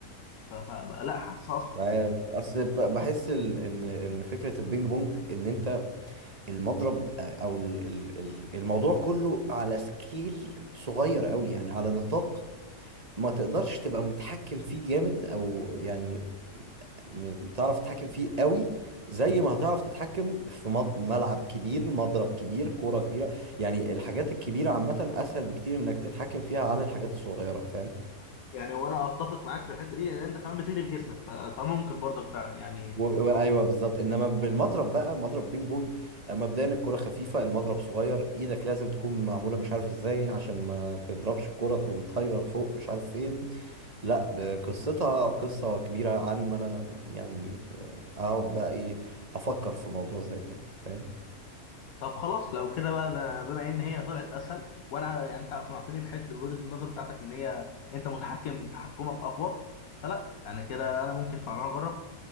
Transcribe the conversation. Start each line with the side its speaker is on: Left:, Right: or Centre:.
Left: ف- فبقى لا حاسس اصعب
Right: مش عارف اصل ب- بحس ال- ان ان فكره البينج بونج ان انت المضرب او ال- ال- ال- الموضوع كله على سكيل صغير قوي يعني على نطاق ما تقدرش تبقى متحكم فيه جامد او يعني م- تعرف تتحكم فيه قوي زي ما هتعرف تتحكم في مض- ملعب كبير مضرب كبير كوره كبيره يعني الحاجات الكبيره عامه اسهل بكتير انك تتحكم فيها عن الحاجات الصغيره فاهم
Left: يعني وانا اتفق معاك في الحته دي لان انت كمان بتجري بجسمك ف- فممكن برضك فعلا يعني
Right: و... و- ايوه بالظبط انما بالمضرب بقى مضرب بينج بونج مبدئيا الكرة خفيفة المضرب صغير ايدك لازم تكون معمولة مش عارف ازاي عشان ما تضربش الكرة تقوم طايرة لفوق مش عارف فين لا ب- قصتها قصة كبيرة عن ما انا يعني آه، اقعد بقى ايه افكر في موضوع زي ده فاهم
Left: طب خلاص لو كده بقى ده بما ان هي طلعت اسهل وانا يعني انت اقنعتني بحته بوجهه النظر بتاعتك ان هي انت متحكم تحكمك اقوى فلا يعني كده انا ممكن فعلا اجرب